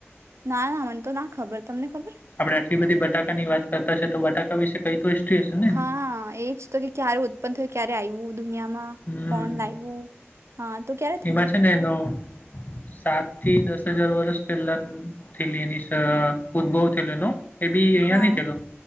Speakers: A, on the right; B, on the left.
A: ના, ના, મન તો ના ખબર તમને ખબર
B: આપડે આટલી બધી બટાકા ની વાત કરતા છે તો બટાકા વિશે કઈ તો હિસ્ટ્રી હશે ને
A: હા
B: એની
A: એજ તો કે ક્યારે ઉત્પન્ન થયું ક્યારે આઈવું દુ. નિયામાં
B: હમ
A: કોણ લાઈવું હા તો ક્યારે થયું?
B: એમાં છે ને એનો સાત થી દસ હજાર વરસ પેલાન થેલી એની સ ઉદ્ભવ થયેલો એનો. એ બી અહીંયા
A: હા
B: નઈ થયલો,